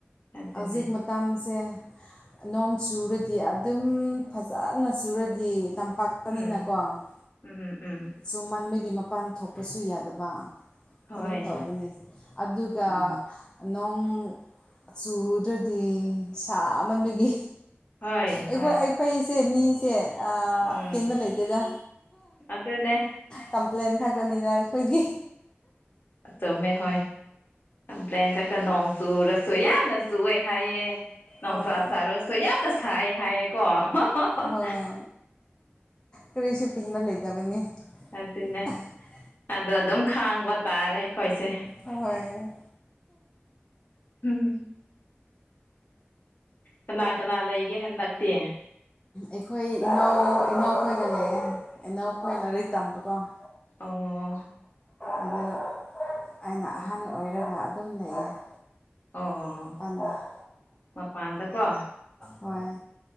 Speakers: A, on the left; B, on the left.
A: ꯑꯗꯨꯅꯦ
B: ꯍꯧꯖꯤꯛ ꯃꯠ ꯇꯝꯁꯦ ꯅꯣꯡ ꯆꯨꯔꯗꯤ ꯑꯗꯨꯝ ꯐꯖꯥꯅ ꯆꯨꯔꯗꯤ ꯇꯝ ꯄꯥꯛꯇꯅꯤꯅꯀꯣ
A: ꯎꯝ ꯎꯝ ꯎꯝ
B: ꯆꯨꯃꯟꯕꯒꯤ ꯃꯄꯥꯟ ꯊꯣꯛꯄꯁꯨ ꯌꯥꯗꯕ ꯫
A: ꯍꯣꯏ
B: ꯑꯗꯨꯝ ꯇꯧꯕꯅꯤ ꯑꯗꯨꯒ
A: ꯎꯝ
B: ꯅꯣꯡ ꯆꯨꯗ꯭ꯔꯗꯤ ꯁꯥꯃꯟꯕꯒꯤ
A: ꯍꯣꯏ
B: ꯑꯩꯈꯣꯏ
A: ꯍꯣꯏ
B: ꯑꯩꯈꯣꯏꯁꯦ ꯃꯤꯁꯦ ꯑꯥ
A: ꯎꯝ
B: ꯄꯦꯟꯕ ꯂꯩꯇꯦꯗ
A: ꯑꯗꯨꯅꯦ
B: ꯀꯝꯄ꯭ꯂꯦꯟ ꯈꯛꯇꯅꯤꯗ ꯑꯩꯈꯣꯏꯒꯤ
A: ꯑꯆꯨꯝꯃꯦ ꯍꯣꯏ ꯄ꯭ꯂꯦꯟ ꯈꯛꯇ ꯅꯣꯡ ꯆꯨꯔꯁꯨ ꯌꯥꯝꯅ ꯆꯨꯋꯦ ꯍꯥꯏꯌꯦ ꯫ ꯅꯨꯡꯁꯥ
B: ꯍꯣꯏ
A: ꯁꯥꯔꯁꯨ ꯌꯥꯝꯅ ꯁꯥꯏ ꯍꯥꯏꯌꯦꯀꯣ ꯫
B: ꯍꯣꯏ ꯀꯔꯤꯁꯨ ꯄꯦꯟꯕ ꯂꯩꯇꯕꯅꯤ
A: ꯑꯗꯨꯅꯦ
B: ꯫
A: ꯑꯗꯣ ꯑꯗꯨꯝ ꯈꯥꯡꯕ ꯇꯥꯔꯦ ꯑꯩꯈꯣꯏꯁꯦ ꯫
B: ꯍꯣꯏ
A: ꯎꯝ ꯀꯅꯥ ꯀꯅꯥ ꯂꯩꯒꯦ ꯍꯟꯗꯛꯇꯤ ꯫
B: ꯑꯩꯈꯣꯏ ꯏꯅꯧ ꯏꯅꯧꯈꯣꯏꯒ ꯂꯩꯌꯦ ꯏꯅꯧꯈꯣꯏ ꯂꯥꯏꯔꯤꯛ ꯇꯝꯕꯀꯣ ꯫
A: ꯑꯣ
B: ꯑꯗꯨ ꯑꯩꯅ
A: ꯑꯣ
B: ꯑꯍꯟ ꯑꯣꯏꯔꯒ ꯑꯗꯨꯝ ꯂꯩꯌꯦ ꯫
A: ꯑꯣ
B: ꯃꯄꯥꯟꯗꯤ
A: ꯃꯄꯥꯟꯗꯀꯣ
B: ꯍꯣꯏ